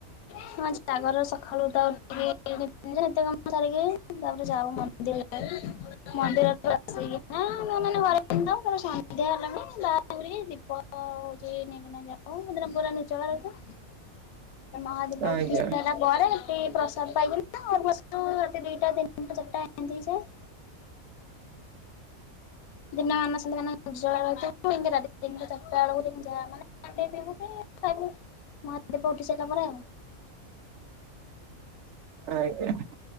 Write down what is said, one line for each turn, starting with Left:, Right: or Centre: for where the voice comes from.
Left: ହଁ ଜାଗର ସଖାଳୁ ଉଠା ଉଠିକି କି <unintelligible> ନିତ୍ୟକର୍ମ ସାରିକି ତାପରେ ଯାଉ ମନ ନ୍ଦିର ମନ୍ଦିରରେ ଆସିକି ନା ନ ମାନେ ଘରେ ଥାଉ ତା ପରେ ସନ୍ଧ୍ୟା ହେଲା ମାନେ <unintelligible> ଦୀପ <inaudible> ହ ହଉଛି ନେଇକିନା ଯାଉ <unintelligible> ପୁରା ନିର୍ଜଳା ରହୁ ତା ମହାଦୀପ
Right: ଆଜ୍ଞା
Left: ଉଠିସାରିଲା ପରେ, ସେଠି ପ୍ରସାଦ ପାଇକିନା ଘରକୁ ଆସୁ। କିନ୍ତୁ ରାତି ଦିଇଟା ତିନିଟା ଚାରିଟା ଏମିତି ହେଇଯାଏ। ଦିନମାନ ସେମିତି ନିର୍ଜଳା ରହି ଥାଉ। <unintelligible> ଏମତି ରତି ତିନିଟା ଚାରଟା ବେଳକୁ ଯାଇକି ଯାଉ ମାନେ ପାଣି ଟିକେ ପିଇବୁ <unintelligible> ଖାଇବୁ ହେଇସାରିଲା ପରେ ଆଉ
Right: ପ୍ରାୟ <unintelligible>